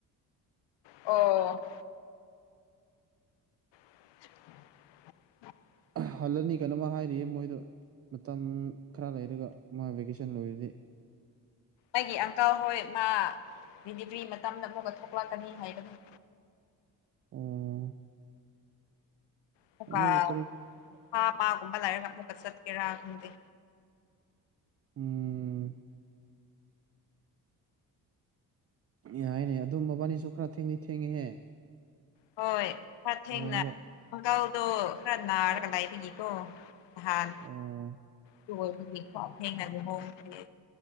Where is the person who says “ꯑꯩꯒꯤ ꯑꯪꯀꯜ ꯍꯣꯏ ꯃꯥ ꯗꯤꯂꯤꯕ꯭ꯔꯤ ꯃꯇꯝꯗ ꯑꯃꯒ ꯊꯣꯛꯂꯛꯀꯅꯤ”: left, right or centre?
Left